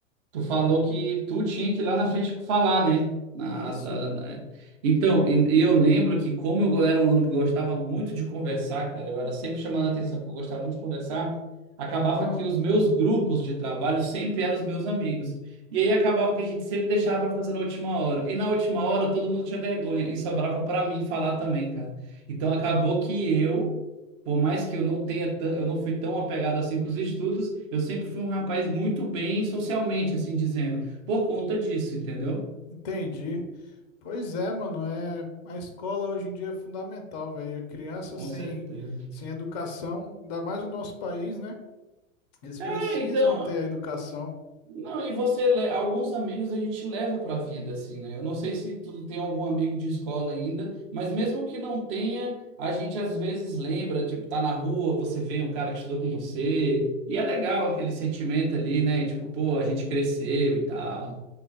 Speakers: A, on the right; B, on the left.
A: Tu falou que tu tinha que ir lá na frente falar, né? Na-
B: isso.
A: na- na- Então, e- e eu lembro que como eu era um aluno que gostava muito de conversar, cara, eu era sempre chamado a atenção porque eu gostava muito de conversar, acabava
B: Aham.
A: que os meus grupos de trabalho sempre eram os meus amigos. E aí acabava que a gente sempre deixava para fazer na última hora. E na última hora todo mundo tinha vergonha e sobrava para mim falar também, cara. Então acabou que eu por mais que eu não tenha, tan- eu não fui tão apegado assim com os estudos, eu sempre fui um rapaz muito bem socialmente, assim dizendo, por conta disso, entendeu?
B: Entendi. Pois é, mano, é a escola hoje em dia é fundamental, velho. A Criança
A: Com
B: sem
A: certeza.
B: sem educação, ainda mais no nosso país, né? Eles precisam
A: É, então,
B: ter a educação.
A: não, e você, le- alguns amigos a gente leva pra vida, assim, né? Eu não sei se tu tem algum amigo de escola ainda, mas mesmo que não tenha, a gente às vezes lembra, tipo, tá na rua, você vê um cara que estudou com você, e é legal aquele sentimento ali, né? Tipo, pô, a gente cresceu e tal,